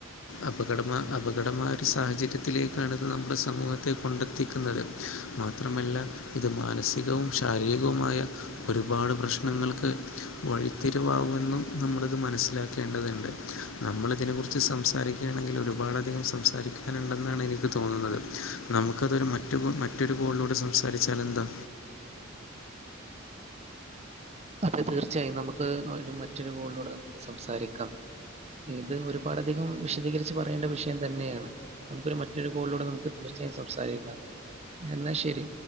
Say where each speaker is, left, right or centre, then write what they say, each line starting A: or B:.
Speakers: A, on the left; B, on the right.
A: അപകടമ അപകടമായൊരു സാഹചര്യത്തിലേക്കാണിത് നമ്മുടെ സമൂഹത്തെ കൊണ്ടെത്തിക്കുന്നത് മാത്രമല്ല ഇത് മാനസികവും ശാരീരികവുമായ ഒരു ഒരുപാട് പ്രശ്നങ്ങൾക്ക് വഴിത്തിരിവാകുമെന്നും നമ്മളിത് മനസ്സിലാക്കേണ്ടതുണ്ട് നമ്മള ഇതിനെക്കുറിച്ച് സംസാരിക്കുകയാണെങ്കിൽ ഒരുപാട് അധികം സംസാരിക്കാനുണ്ടെന്നാണ് എനിക്ക് തോന്നുന്നത് നമുക്കതൊരു മറ്റ മറ്റൊരു കോളിലോട് സംസാരിച്ചാലു എന്താ
B: അതെ തീർച്ചയായും നമുക്ക് ഒരു മറ്റൊരു ഗോളിലൂടെ നമുക്ക് സംസാരിക്കാം ഇത് ഒരുപാട് അധികം വിശദീകരിച്ച് പറയേണ്ട വിഷയം തന്നെയാണ് നമുക്കൊരു മറ്റൊരു കോളിലൂടെ നമുക്ക് തീർച്ചും സംസാരിക്കാം എന്നാ ശരി